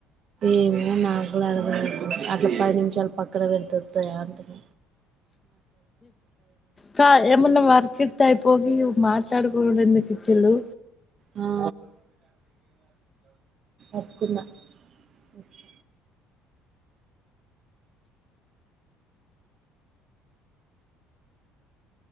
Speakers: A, on the right; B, on the left.
A: ఏమో నాకుడ అదికడ తెల్వదు అట్ల పది నిమిషాలు పక్కన పెడుతె ఒత్తయ అంటున్న
B: కాదు ఏమన్న వర్కిత్తే అయిపోవు గి మా ట్లాడుకునుడు ఎందుకు ఇచ్చిళ్ళు
A: ఆ ఒప్పుకున్న ఇస్తా